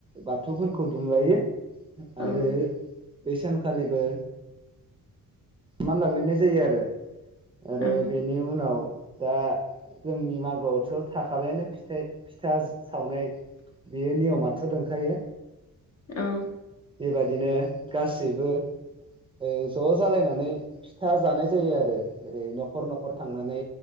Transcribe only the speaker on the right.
बाथौफोरखौ दुमलायो आरो
बै सानखालिबो माना लिरनाय जायो आरो आरो
बेनि उनाव दा जोंनि मागोआवथ' थाखाबायानो फिथाइ फिथा सावनाय बेयो नियम' । थु दुंखायो
बेबादिनो गासैबो ओ ज' जालायनानै फिथा जानाय जायो आरो ओरै न'खर न'खर थांनानै